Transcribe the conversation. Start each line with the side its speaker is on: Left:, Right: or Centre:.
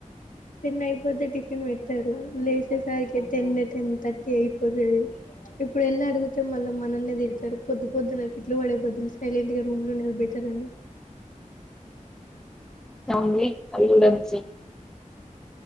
Left: టెన్ అయిపోతే టిఫిన్ వెట్టారు లేస్. అచ్చేసరికి టెన్ టెన్ తట్టి అయిపోతది ఇప్. ఇప్పుడు ఎళ్లా అడిగితే మళ్ళీ మనల్నే తిడతరు, పొద్దు పొద్దు తిట్లు వడే బద్దుల్స్ సైలెట్గా రూమ్ లో ఉండది బెటర్ అని.
Centre: అవునీ అవిగుడ సేమ్.